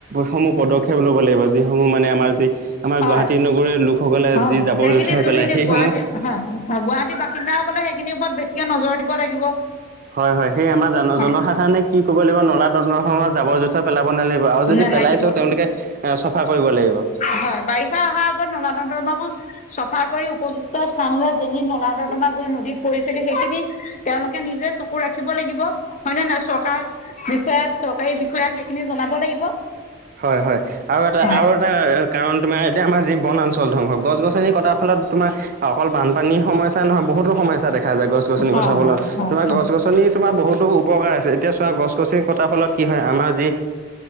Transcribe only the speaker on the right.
সমূহ পদক্ষেপ ল'ব লাগিব, যিসমূহ মানে আমাৰ যি আমাৰ
গুৱাহাটী নগৰীৰ লোকসকলে
যি
জাবৰ
জোঁথৰ
পেলাই সেইসমূহ
হয় হয় সেই আমাৰ জন
জনসাধাৰণে কি কৰিব লাগিব নলা নৰ্দমা সমূহত জাবৰ জোথৰ পেলাব নালাগিব। আৰু যদি
পেলাইছেও তেওঁলোকে
এ চাফা কৰিব লাগিব।
হয় হয় আৰু এটা
আৰু এটা কাৰণ তোমাৰ এতিয়া আমাৰ যি বনাঞ্চল ধ্বংস গছ গছনি কটাৰ ফলত তোমাৰ অকল বানপানীৰ সমস্যা নহয় বহুতো সমস্যা দেখা যায় গছ গছনি
কটা ফলত।
তোমাৰ
গছ গছনিত তোমাৰ বহুতো উপকাৰ আছে এতিয়া চোৱা গছ গছনি কটাৰ ফলত কি হয় আমাৰ যি